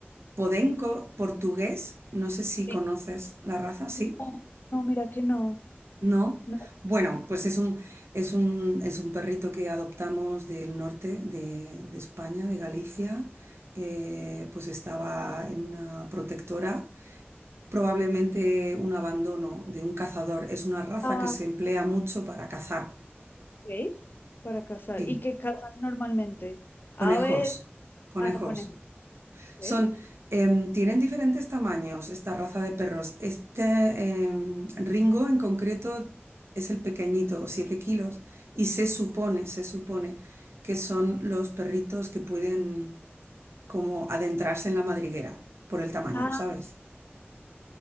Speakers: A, on the right (about 80°); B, on the left (about 50°).
A: podenco portugués, no sé si
B: Sí.
A: conoces la raza, ¿sí?
B: No, no, mira que no.
A: No,
B: No.
A: bueno, pues es un, es un, es un perrito que adoptamos del norte de, de España, de Galicia. Eh, pues estaba en una protectora, probablemente un abandono de un cazador. Es una raza
B: Ah,
A: que se emplea mucho para cazar.
B: ok. Para cazar.
A: Sí,
B: ¿Y qué cazan normalmente? Aves,
A: conejos, conejos.
B: ah, conejos. ok.
A: Son, em, tienen diferentes tamaños esta raza de perros. Este em, Ringo en concreto es el pequeñito, 7 kilos, y se supone, se supone que son los perritos que pueden como adentrarse en la madriguera por el tamaño,
B: Ah,
A: ¿sabes?